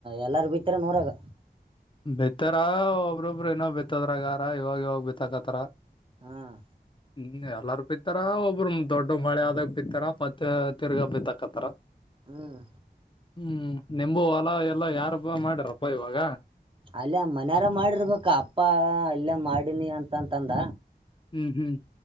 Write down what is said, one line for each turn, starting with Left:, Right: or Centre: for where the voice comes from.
Right: ಎಲ್ಲಾರ ಬಿತ್ತ್ರ ನೂರಾಗ.
Left: ಬಿತ್ತಾರ ಒಬ್ಬ್ರೊಬ್ಬರು ಏನೋ ಬಿತ್ತದ್ರಗಾರ ಇವಾಗ ಇವಾಗ ಬಿತ್ತಕತ್ತಾರ.
Right: ಹ್ಮ್
Left: ಹ್ಮ್ ಎಲ್ಲಾರೂ ಬಿತ್ತ ಇತ್ತರ ಒಬ್ಬ್ರ ದೊಡ್ಡ ಮಳೆ ಆದಾಗ ಬಿತ್ತಾರ ಮತ್ತೆ ತಿರ್ಗಾ ಬಿತ್ತಾಕ್ತ್ತರ.
Right: ಹ್ಮ್
Left: ಹ್ಮ್ ನಿಂಬೂ ಹೊಲಾ ಎಸ್ ಎಲ್ಲ ಯಾರಬ್ಬ ಮಾಡಾರಪ್ಪ ಇವಾಗ.
Right: ಅಲ್ಲೇ ಮನ್ಯಾರ ಮಾಡಿರ್ಬೇಕ ಅಪ್ಪ ಅಲ್ಲ ಮಾಡಿನಿ ಅಂತಂತಂದ.
Left: ಹ್ಮ್ ಹ್ಮ್.